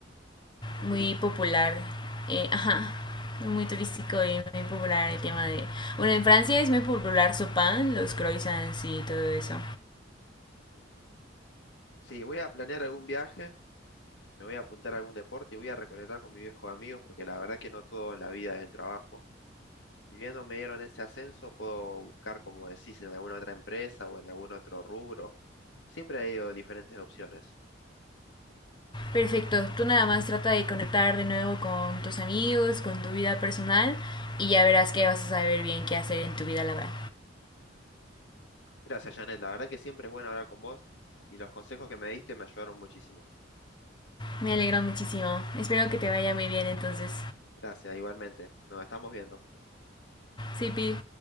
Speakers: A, on the left; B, on the left.
A: muy
B: muy
A: turístico.
B: popular, eh, ajá, muy turístico y muy popular el tema de... Bueno, en Francia es muy popular su pan, los croissants y todo eso.
A: Mm. Sí, voy a planear algún viaje, me voy a apuntar a algún deporte y voy a reconectar con mis viejos amigos, porque la verdad que no todo en la vida es el trabajo. Y viendo me dieron ese ascenso, puedo buscar, como decís, en alguna otra empresa o en algún otro rubro. Siempre he ido diferentes opciones.
B: Perfecto, tú nada más trata de conectar de nuevo con tus amigos, con tu vida personal y ya verás que vas a saber bien qué hacer en tu vida laboral.
A: Gracias, Janet. La verdad que siempre es bueno hablar con vos y los consejos que me diste me ayudaron muchísimo.
B: Me alegro muchísimo, espero que te vaya muy bien entonces.
A: Gracias, igualmente. Nos estamos viendo.
B: Sí, Pi.